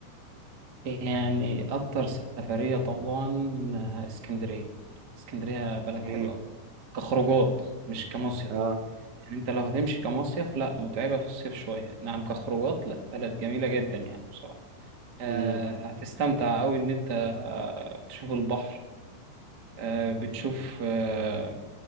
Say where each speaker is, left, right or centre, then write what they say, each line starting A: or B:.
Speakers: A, on the right; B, on the right.
A: يعني أكتر سفرية طبعا اسكندرية اسكندرية بلد
B: امم
A: حلوة أوي كخروجات مش كمصيف
B: اه
A: يعني أنت لو هتمشي كمصيف لا متعبة في الصيف شوية نعم كخروجات لا بلد جميلة جدا يعني بصراحة آه،
B: امم
A: هتستمتع أوي إن أنت آه، تشوف البحر آه، بتشوف آه،